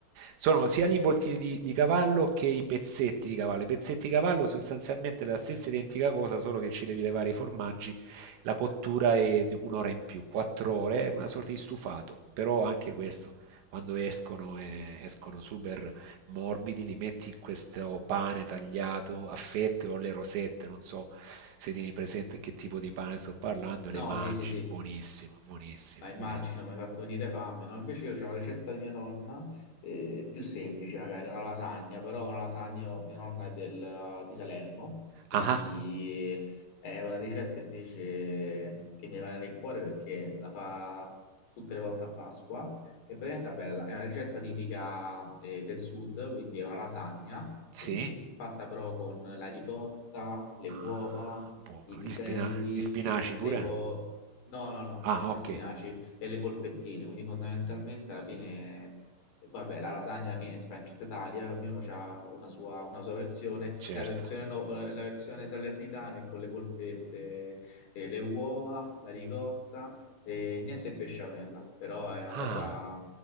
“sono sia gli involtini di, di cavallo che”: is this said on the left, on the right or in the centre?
Right